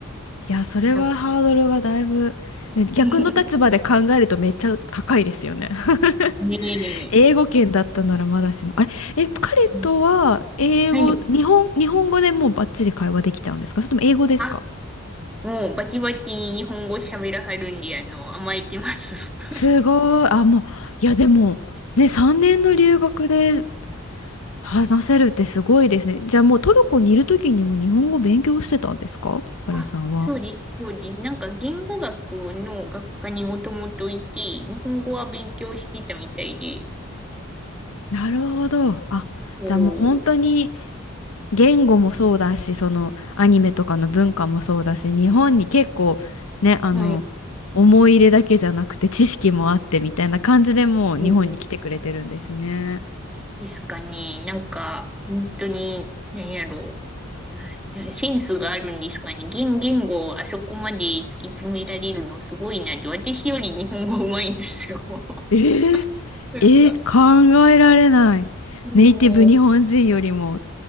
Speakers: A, on the left (about 75°); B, in the centre.
A: いや、それはハードルがだいぶ、
B: なんか
A: ね、逆の立場で考えるとめっちゃ高いですよね。
B: <laughs> ねえ。
A: <laughs> 英語圏だったならまだしも。あれ、え、彼とは英語、
B: うんはい。
A: 日本、日本語でもうバッチリ会話できちゃうんですかそれとも英語ですか
B: あ、もうバチバチに日本語喋らはるんで、あの、甘えてます。<laughs>
A: すごい。あ、もう、いや、でも、ね、3年の留学で話せるってすごいですね。じゃあもうトルコにいる時にも日本語勉強してたんですか彼さんは。
B: あ、そうです、そうです。なんか言語学の学科にもともといて、日本語は勉強してたみたいで、
A: なるほど。あ、
B: こ
A: じゃあもう本当に言語もそうだし、そのアニメとかの文化もそうだし、日本に結構ね、あの、
B: はい。
A: 思い入れだけじゃなくて知識もあってみたいな感じでもう日本に来てくれてるんですね。
B: うんですかね。なんか、本当に、何やろう。なセンスがあるんですかね。言、言語をあそこまで突き詰められるのすごいなって。私より日本語上手いんですよ。
A: えー、
B: <laughs> なんか、
A: えー考えられない。
B: も
A: ネイティブ日本人よりも